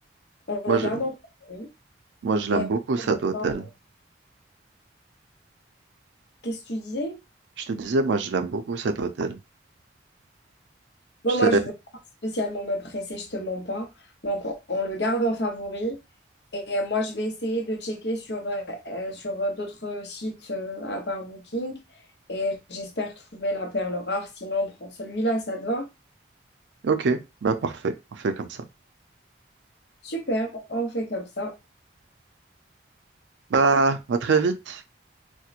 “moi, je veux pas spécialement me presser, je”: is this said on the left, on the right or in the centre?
Left